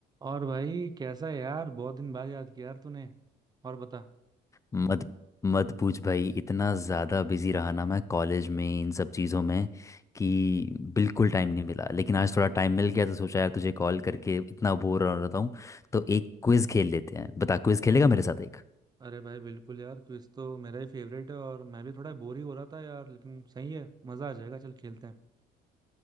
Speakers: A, on the right; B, on the left.
A: और भाई कैसा है यार बहुत दिन बाद याद किया यार तूने और बता
B: मत मत पूछ भाई इतना ज़्यादा बिजी रहा ना मैं कॉलेज में इन सब चीज़ों में कि बिल्कुल टाइम नहीं मिला लेकिन आज थोड़ा टाइम मिल गया तो सोचा यार तुझे कॉल करके इतना बोर हो रहा हूँ तो एक क्विज़ खेल लेते हैं बता क्विज़ खेलेगा मेरे साथ एक
A: अरे भाई बिल्कुल यार क्विज तो मेरा ही फेवरेट है और मैं भी थोड़ा बोर ही हो रहा था यार लेकिन सही है मजा आ जाएगा चल खेलते हैं